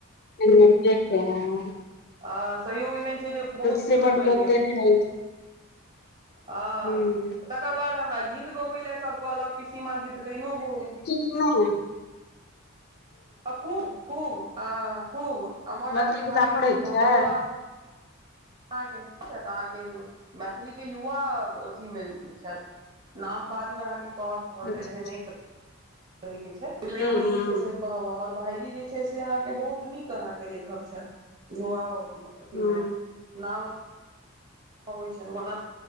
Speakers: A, on the left; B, on the right.
A: <unintelligible> हँ
B: अ सहयोग ऐहन छै जे बहुत सुन्दर
A: से बड
B: बनि
A: लोक
B: गेलै
A: देने रहै छै
B: ह
A: हूँ
B: तकर बाद हमरा गीत गबैलै सब कहलक पिसीमाँ गीत गइनो बहुत
A: किनउ है
B: आ खूब खूब अ खूब हमर
A: मैथिली
B: अहाँके
A: किताब
B: भाय
A: पढ़ै
B: छै त
A: छियै
B: ओ अहाके के छथि अहाँके मैथिली के युवा अथीमे छथि नाम बाद मे अहाँके कहब कहल
A: अच्छा
B: जाइ छै
A: अच्छा
B: नहि- के छैय <unintelligible>
A: हूँ हूँ
B: कहब हमर भाईजी जे छै से अहाँके बहुत नीक अहाँके लेखक छथि युवाओं अथि
A: हूँ
B: में नाम अबै छनि होना